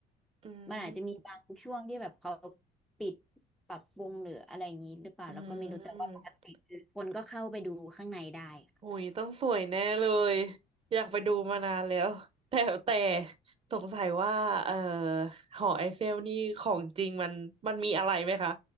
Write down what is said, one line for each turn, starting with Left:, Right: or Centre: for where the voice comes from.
Right: อื
Centre: มันอาจจะมีบางช่วงที่แบบเขา
Right: ม
Centre: ปิดปรับปรุงหรืออะไรอย่างนี้หรือเปล่าเราก็ไม่รู้แต่ว่าปกติคือคนก็เข้าไปดูข้างในได้ค่ะ
Right: อืม หุยต้องสวยแน่เลยอยากไปดูมานานแล้วแต่แต่สงสัยว่าเอ่อหอไอเฟลนี่ของจริงมันมันมีอะไรไหมคะ